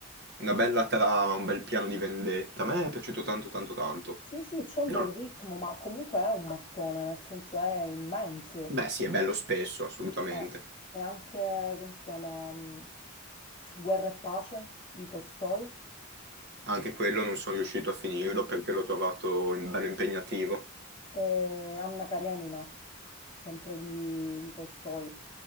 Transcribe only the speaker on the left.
Sì, sì, c'è un
bel ritmo, ma comunque è un mattone, nel senso è immenso.
Eh, è anche, come si chiama, mh, Guerra e pace di Tolstoi
e Anna Karenina, sempre di, di Tolstoi.